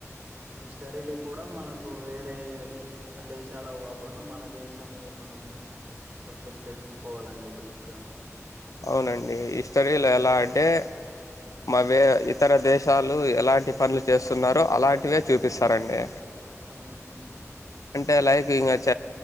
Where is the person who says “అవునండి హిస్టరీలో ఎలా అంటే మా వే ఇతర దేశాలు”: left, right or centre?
Left